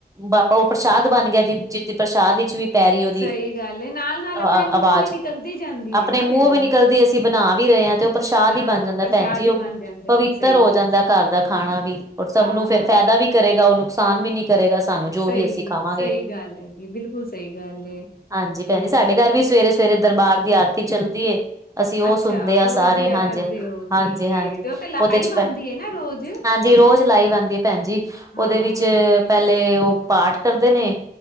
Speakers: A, on the right (about 20°); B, on the left (about 60°).
A: ਬਾਪਾ ਓ ਪ੍ਰਸ਼ਾਦ ਬਣ ਗਿਆ ਜ ਜਿਦੀ ਪ੍ਰਸ਼ਾਦ ਵਿੱਚ ਵੀ ਪੈਰੀ ਐ ਓਦੀ
B: ਸਹੀ ਗੱਲ ਏ ਨਾਲ-ਨਾਲ ਆਪਣੇ
A: ਹਾਂ
B: ਮੂੰਹੋਂ
A: ਆਵਾਜ਼
B: ਵੀ ਨਿਕਲਦੀ ਜਾਂਦੀ
A: ਆਪਣੇ
B: ਏ ਨਾ
A: ਮੂੰਓ
B: ਫੇਰ
A: ਵੀ ਨਿਕਲਦੀ ਅਸੀਂ ਬਣਾ ਵੀ ਰਿਆ ਤੇ ਓ ਪ੍ਰਸ਼ਾਦ
B: ਹਾਂ
A: ਈ ਬਣ ਜਾਂਦਾ
B: ਪ੍ਰਸ਼ਾਦ
A: ਭੈਣ ਜੀ
B: ਹੀ
A: ਓ
B: ਬਣ ਜਾਂਦਾ
A: ਪਵਿੱਤਰ
B: ਹੈ ਸਹੀ
A: ਹੋ
B: ਗੱਲ
A: ਜਾਂਦਾ
B: ਏ
A: ਘਰ ਦਾ ਖਾਣਾ ਵੀ ਓ ਸਭ
B: ਹਾਂ
A: ਨੂੰ ਫੇਰ ਫੈਦਾ ਵੀ ਕਰੇਗਾ ਓ ਨੁਕਸਾਨ ਵੀ ਨੀ ਕਰੇਗਾ। ਸਾਨੂੰ ਜੋ
B: ਸਈ-ਸਈ
A: ਵੀ ਅਸੀਂ ਖਾਵਾਂਗੇ
B: ਗੱਲ ਐ ਜੀ ਬਿਲਕੁੱਲ ਸਈ ਗੱਲ ਏ।
A: ਹਾਂਜੀ ਭੈਣ
B: ਤੇ
A: ਜੀ ਸਾਡੇ ਘਰ ਵੀ ਸਵੇਰੇ-ਸਵੇਰੇ ਦਰਬਾਰ ਦੀ ਆਰਤੀ ਚੱਲਦੀ ਏ ਅਸੀਂ ਓ
B: ਅੱਛਾ
A: ਸੁਣਦੇ
B: ਬਹੁਤ
A: ਆ ਸਾਰੇ
B: ਵਧੀਆ
A: ਹਾਂਜੀ-ਹਾਂਜੀ-ਹਾਂਜੀ
B: ਕਰਦੇ ਹੋ ਠੀਕ ਏ ਤੇ ਉਹ ਤੇ ਲਾਈਵ
A: ਉਦੇ ਚ ਪ
B: ਆਂਦੀ ਏ ਨਾ ਰੋਜ਼
A: ਹਾਂਜੀ ਰੋਜ਼ ਲਾਈਵ ਆਂਦੀ ਆ ਭੈਣ ਜੀ
B: ਹਾਂ
A: ਓਦੇ ਵਿੱਚ ਪੈਲੇ ਓ ਪਾਠ ਕਰਦੇ ਨੇ